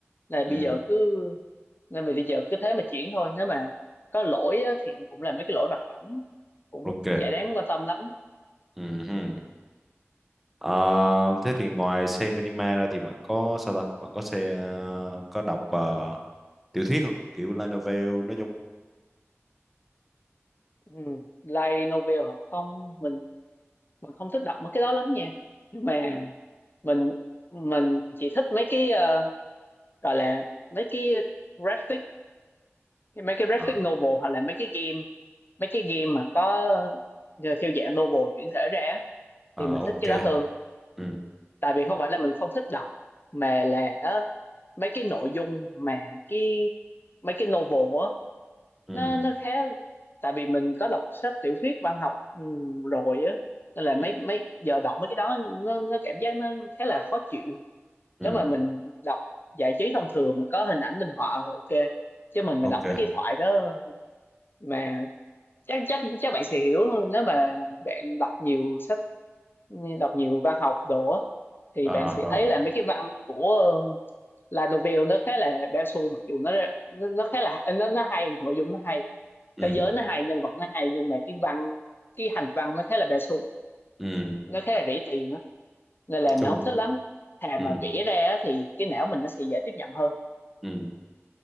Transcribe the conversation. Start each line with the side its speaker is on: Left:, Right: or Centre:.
Left: là
Centre: ừ
Left: bây giờ cứ nên vì bây giờ cứ thế mà chuyển thôi nếu mà có lỗi á, thì cũng là mấy cái lỗi vặt vãnh cũng
Centre: ok
Left: chả đáng quan tâm lắm
Centre: ừ Ờ, thế thì ngoài xem anime ra thì bạn có sao ta? Bạn có xe ờ, có đọc ờ, tiểu thuyết không? Kiểu light novel nói chung.
Left: ừ. Light novel hả không mình mình không thích đọc mấy cái đó lắm nha nhưng mà
Centre: Ừ.
Left: mình mình chỉ thích mấy cái ờ, gọi là mấy cái graphic mấy cái graphic
Centre: Ờ,
Left: novel hoặc là mấy cái game mấy cái game mà có ờ, theo dạng novel chuyển thể ra á,
Centre: ờ,
Left: thì mình
Centre: ok.
Left: thích cái đó hơn
Centre: Ừ,
Left: tại vì không phải là mình không thích đọc mà là ờ, mấy cái nội dung mà cái mấy cái novel á
Centre: ừ,
Left: nó nó khá tại vì mình có đọc sách tiểu thuyết văn học ừm, rồi á nên là mấy
Centre: ừ,
Left: mấy giờ đọc mấy cái đó nó nó cảm giác nó khá là khó chịu
Centre: ừ.
Left: nếu mà mình đọc giải trí thông thường mà có hình ảnh minh họa thì ok chứ mình
Centre: Ok.
Left: mà đọc mấy cái thoại đó mà chắc chắc chắc bạn sẽ hiểu hơn nếu mà bạn đọc nhiều sách đọc nhiều văn học đồ á, thì
Centre: Ờ,
Left: bạn sẽ
Centre: rồi.
Left: thấy là mấy cái văn của La Novelle nó khá là bao xu mặc dù nó nó, nó khá là nó nó hay nội dung nó hay
Centre: Ừ.
Left: thế giới nó hay nhân vật nó hay nhưng mà cái văn cái hành văn nó khá là bao xu
Centre: Ừ. Nói
Left: nó khá là rỉ tiền á nên là
Centre: chung
Left: mình không
Centre: cũng-
Left: thích lắm thà
Centre: ừ,
Left: mà vẽ ra á thì cái não mình nó sẽ dễ tiếp nhận hơn
Centre: ừ.